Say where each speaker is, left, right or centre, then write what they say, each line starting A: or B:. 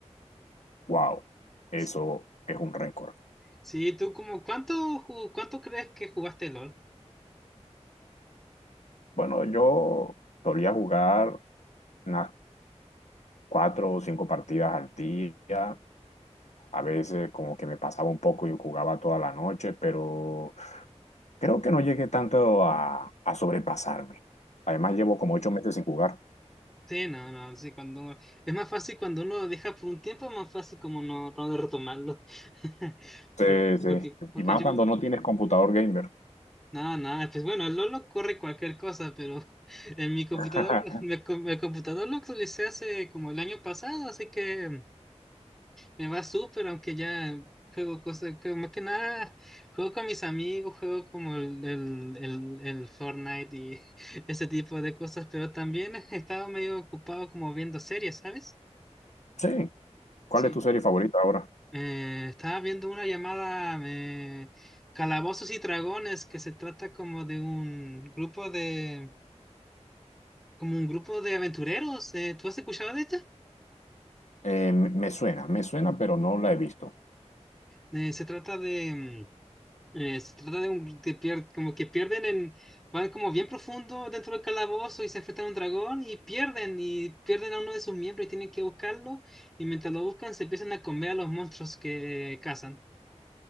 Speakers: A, on the left; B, in the centre.
A: Wow. Eso
B: Sí,
A: es un récord.
B: sí, ¿tú como cuánto, ju- cuánto crees que jugaste LoL?
A: Bueno, yo solía jugar unas cuatro o cinco partidas al día. A veces como que me pasaba un poco y jugaba toda la noche, pero creo que no llegué tanto a, a sobrepasarme. Además llevo como ocho meses sin jugar.
B: Sí, no, no, sí, cuando es más fácil cuando uno lo deja por un tiempo, es más fácil como no, no retomarlo. <laughs>
A: Sí,
B: Porque,
A: sí.
B: porque porque
A: Y más
B: yo,
A: cuando no tienes computador gamer.
B: nada, nada, pues bueno, el Lolo corre cualquier cosa, pero <laughs> en mi computador,
A: <laughs>
B: mi, com- mi computador lo actualicé hace como el año pasado, así que me va súper, aunque ya juego cosas, juego más que nada, juego con mis amigos, juego como el, el, el, el Fortnite y <laughs> ese tipo de cosas, pero también he estado medio ocupado como viendo series, ¿sabes?
A: Sí. ¿Cuál
B: Sí.
A: es tu serie favorita ahora?
B: Eh, estaba viendo una llamada eh, Calabozos y Dragones que se trata como de un grupo de como un grupo de aventureros. Eh, ¿tú has escuchado de esta?
A: Eh, me me suena, me suena, pero no la he visto.
B: Eh, se trata de mm, eh, se trata de, un, de pier- como que pierden en van como bien profundo dentro del calabozo y se enfrentan a un dragón y pierden y pierden a uno de sus miembros y tienen que buscarlo y mientras lo buscan se empiezan a comer a los monstruos que cazan.